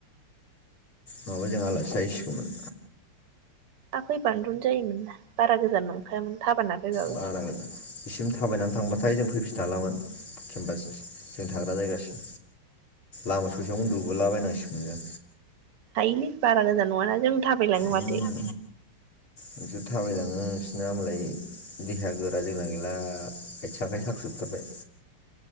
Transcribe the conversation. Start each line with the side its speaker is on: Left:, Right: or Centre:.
Left: नङाबा जों आलासि जाहैसिगौमोन।
Right: आ फैबानोथ जायोमोनना बारा गोजान नंखायामोन। थाबायना फैबाबो।
Left: बारागोन बिसिम थाबायनानै थांबाथाय जों फैफिननो हालामोन केम्पास जों थाग्रा जायगासिम लामा ससेयाव उन्दुबोलाबायनांसिगोन जों।
Right: हायोलै बारा गोजान नङाना जों थाबायलाङो
Left: जों
Right: माथो।
Left: नोंसोर थाबायलाङो नोंसोरना हबालाय देहाया गोरा जोंना गैला आथिं आखाइ साखोबथारबाय।